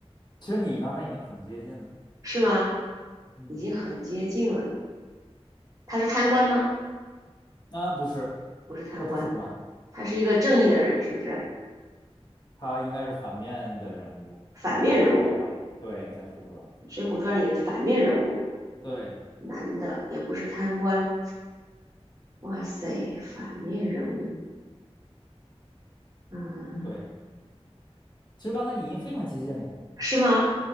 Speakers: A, on the left; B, on the right.
A: 其实你刚才已经很接近了。
B: 是吗？
A: 嗯，
B: 已经很接近了。他是贪官吗？
A: 啊，不是，
B: 不是贪官，
A: 他不是官，
B: 他是一个正义的人，是不是？
A: 他应该是反面的人物，
B: 反面人物。
A: 在《水浒传》里。对，在《水浒传》里。
B: 水浒传》里的反面人物，
A: 对
B: 男的也不是贪官。哇塞，反面人物，嗯，
A: 对，其实刚才你已经非常接近了，
B: 是吗？